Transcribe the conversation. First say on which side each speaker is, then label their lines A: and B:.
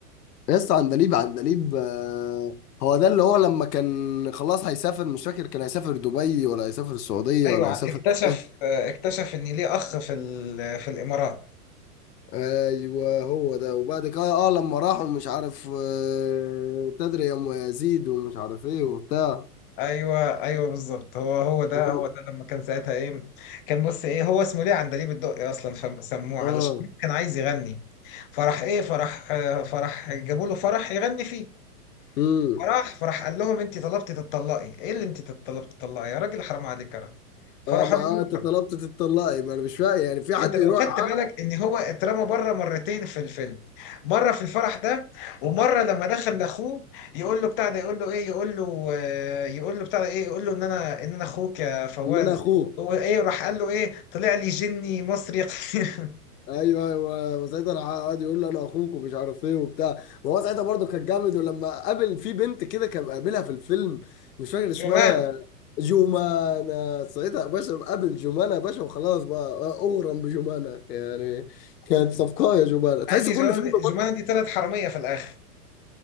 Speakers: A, on the left (about 90°); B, on the left (about 35°).
A: يس عندليب عندليب آه، هو ده اللي هو لما كان خلاص هيسافر مش فاكر كان هيسافر دبي ولا هيسافر السعودية
B: ايوه
A: ولا هيسافر
B: اكتشف
A: ايه
B: آه، اكتشف ان ليه اخ في ال- آه، في الامارات
A: ايوه هو ده وبعد كده اه لما راحوا مش عارف آه، تدري يا ام يزيد ومش عارف ايه وبتاع
B: ايوه ايوه بالظبط هو هو ده
A: هو
B: هو ده لما كان ساعتها ايه كان بص ايه هو اسمه ليه عندليب الدقي اصلا فسموه
A: اه
B: علشان كان عايز يغني فرح ايه فرح آه، فرح جابوا له فرح يغني فيه
A: امم
B: فراح فراح قال لهم انت طلبتي تتطلقي ايه اللي انت طلبتي تتطلقي يا راجل حرام عليك يا راجل فراح
A: اه ما
B: رموه
A: انت طلبت تتطلقي ما انا مش فاهم يعني في حد
B: انت لو
A: يروح
B: خدت
A: يعاق
B: بالك ان هو اترمى بره مرتين في الفيلم مره في الفرح ده ومره لما دخل لاخوه يقول له بتاع ده يقول له ايه يقول له آه، يقول له بتاع ده ايه يقول له ان انا ان انا اخوك يا فواز
A: ان انا اخوك
B: هو ايه راح قال له ايه طلع لي جني مصري قصير
A: ايوه ايوه وساعتها راح قعد يقول له انا اخوك ومش عارف ايه وبتاع وهو ساعتها برضه كان جامد ولما قابل في بنت كده كان قابلها في الفيلم مش فاكر
B: <laughs>
A: اسمها
B: جمانه
A: جومانا ساعتها يا باشا قابل جومانا يا باشا وخلاص بقى اغرم بجومانا يعني كانت صفقه يا جومانا تحس
B: مع ان جمانه
A: كل فيلم
B: دي
A: برضه
B: جمانة دي طلعت حراميه في الاخر